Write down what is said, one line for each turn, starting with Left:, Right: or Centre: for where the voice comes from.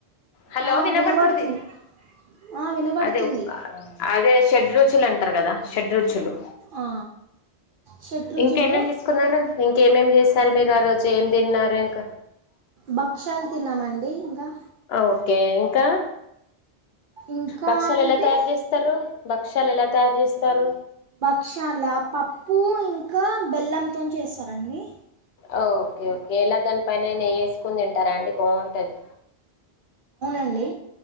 Left: hello
Right: ఆ,
Left: వినపడుతుంది
Right: వినబడుతుంది ఆ, వినబడుతుంది
Left: అదే అదే షెడ్ రు చులు అంటారు కదా షెడ్ రుచులు
Right: ఆ, షడ్రుచులు
Left: ఇంకేమేమి తీసుకున్నారు ఇంకేమేమి చేస్తారు మీరు ఆ రోజు ఏం తిన్నారు ఇంకా
Right: భక్షలు తిన్నామండి ఇంకా
Left: ఓకే ఇంకా
Right: ఇంకా
Left: భక్షలు
Right: అంటే
Left: ఎలా తయారు చేస్తారు భక్షలు ఎలా తయారు చేస్తారు
Right: క్షాల పప్పు ఇంకా బెల్లంతోనీ చేస్తారండి
Left: ఓకే ఓకే ఇలా దాని పనైనా చేసుకొని తింటారా అండి బాగుంటది
Right: అండి